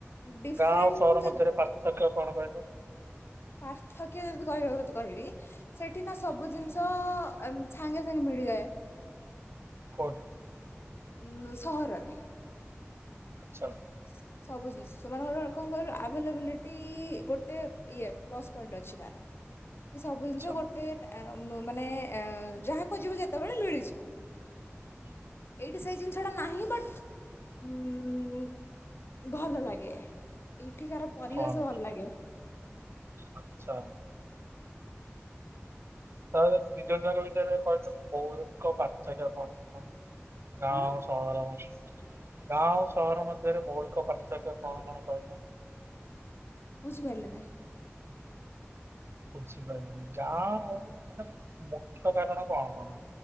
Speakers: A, on the left; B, on the right.
A: ଡିଫରେଣ୍ଟ
B: ଗାଁ ଓ ସହର
A: ଯଦି
B: ମଧ୍ୟରେ ପାର୍ଥ କ୍ୟ କଣ କହିଲୁ?
A: ପାର୍ଥକ୍ୟ ଯଦି କହିବା କଥା କହିବି। ସେଠି ନା ସବୁ ଜିନିଷ ସାଙ୍ଗେ ସାଙ୍ଗେ ମିଳ ମିଳିଯାଏ।
B: କୋଉଠି?
A: ନୁଁ ସହରରେ।
B: ଆଛା।
A: ସ ସବୁ ଜିନିଷ ସେମାନଙ୍କର କଣ କହିଲ ଆଭେଲେବିଲିଟି ଗୋଟେ ଇଏ ପ୍ଲସ ପଏଣ୍ଟ ଅ ଅଛି ତାର। କି ସବୁ
B: ଆଚ୍ଛା।
A: ଜିନିଷ ଗୋଟେ ଟା ଆ ମାନେ ଏ ଯାହାଖୁଯିବ ଯେତେବେଳେ ମିଳିଯିବ।
B: ହୁଁ।
A: ଏଇଠି ସେଇ ଜିନିଷଟା ନାହିଁ ବାଟ୍ ଉଁ ଭଲ ଲାଗେ। ଏଇଠିକାର ପରିବେଶ
B: କଣ
A: ଭଲ ଲାଗେ।
B: ଆଚ୍ଛା ତ ଏବେ ଦିଇଜଣ ଯାଙ୍କ ଭିତରେ କହିଲୁ ମୋ କ ପାର୍ଥକ୍ୟ କଣ କଣ ଗାଁ
A: କଣ
B: ଓ ସହର ମ ଗାଁ ଓ ସହର ମଧ୍ୟରେ ମୌଳିକ ପାର୍ଥକ୍ୟ କଣ କଣ କହିଲ?
A: ବୁଝିପାରିଲିନି?
B: ବୁଝିପାରିଲିନି ଗାଁ ଆଉ ମାନେ ମୁଖ୍ୟ କାରଣ କଣ କଣ?